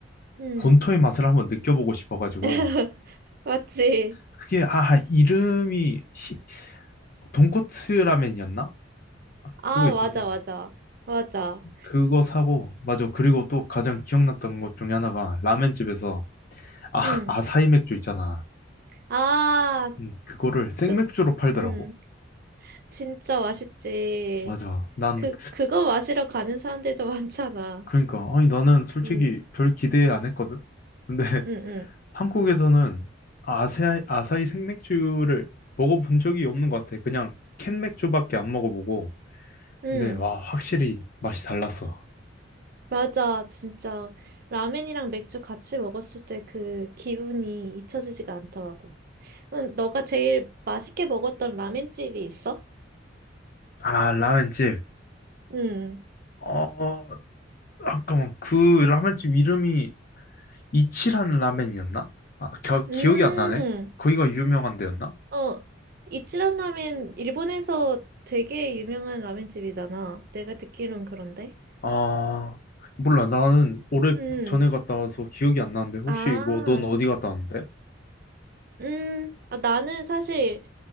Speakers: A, on the right; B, on the left.
A: 응.
B: 본토의 맛을 한번 느껴보고 싶어가지고
A: <laughs> 맞지?
B: 그게 아 이름이 히- 돈코츠 라멘이었나?
A: 아,
B: 그거 있잖아.
A: 맞아, 맞아. 맞아.
B: 그거 사고 맞아. 그리고 또 가장 기억났던 것 중에 하나가 라멘집에서 아
A: 응.
B: 아사히 맥주 있잖아.
A: 아,
B: 음, 그거를 생맥주로
A: 끝.
B: 팔더라고.
A: 음, 진짜 맛있지.
B: 맞아. 난
A: 그, 그거 마시러 가는 사람들도 <laughs> 많잖아.
B: 그러니까 아니 나는 솔직히
A: 음,
B: 별 기대 안 했거든. 근데 <laughs>
A: 음, 음,
B: 한국에서는 아사히, 아사히 생맥주를 먹어본 적이 없는 것 같아. 그냥 캔 맥주밖에 안 먹어보고.
A: 음.
B: 근데 와 확실히 맛이 달랐어.
A: 맞아, 진짜. 라면이랑 맥주 같이 먹었을 때 그 기분이 잊혀지지가 않더라고. 그럼 너가 제일 맛있게 먹었던 라면집이 있어?
B: 아 라멘집.
A: 음,
B: 어 잠깐만 그 라멘집 이름이 이치란 라멘이었나? 아 겨-
A: 음,
B: 기억이 안 나네. 거기가 유명한 데였나?
A: 어, 이치란 라면, 일본에서 되게 유명한 라면집이잖아. 내가 듣기론 그런데.
B: 아 몰라 나는 오래
A: 음.
B: 전에 갔다 와서 기억이 안 나는데 혹시
A: 아,
B: 뭐 넌 어디 갔다 왔는데?
A: 음, 아, 나는 사실